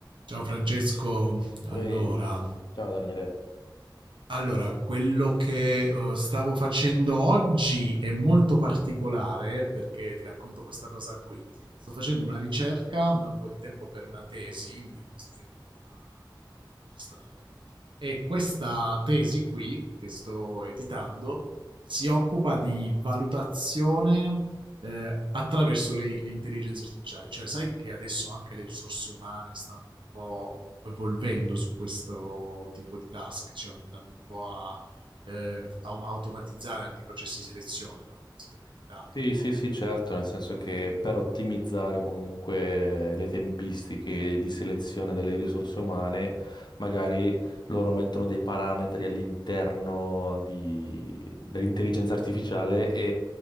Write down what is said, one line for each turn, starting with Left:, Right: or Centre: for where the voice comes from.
Right: Ciao Francesco, allora,
Left: Ui, ciao Daniele.
Right: allora, quello che eh, stavo facendo oggi è molto particolare perché ti racconto questa cosa qui. Sto facendo una ricerca da un po' di tempo per una tesi, io sto finendo la, la mia laurea magistrale, e questa tesi qui che sto editando si occupa di valutazione eh, attraverso le, le intelligenze artificiali, cioè sai che adesso anche le risorse umane stanno un po' evolvendo su questo tipo di task, diciamo, andando un po' a, eh, a automatizzare anche i processi di selezione, no? penso ti è capitato
Left: Sì,
Right: un po'.
Left: sì, sì, certo, nel senso che per ottimizzare comunque le tempistiche di selezione delle risorse umane, magari loro mettono dei parametri all'interno di- dell'intelligenza artificiale e